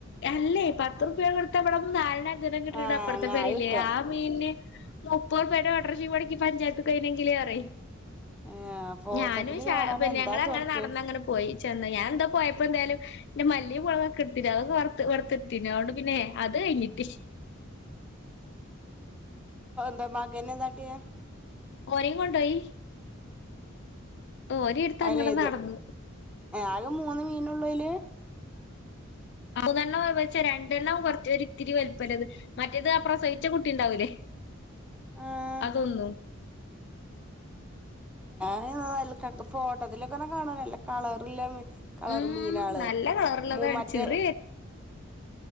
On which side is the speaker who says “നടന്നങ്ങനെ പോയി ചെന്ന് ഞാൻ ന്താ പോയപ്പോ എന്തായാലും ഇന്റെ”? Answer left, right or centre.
Left